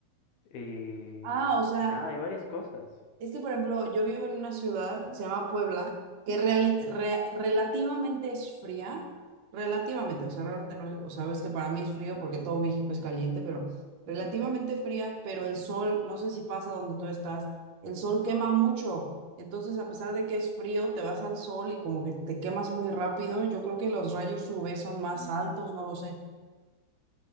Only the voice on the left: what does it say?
eh,
y nada, hay varias cosas.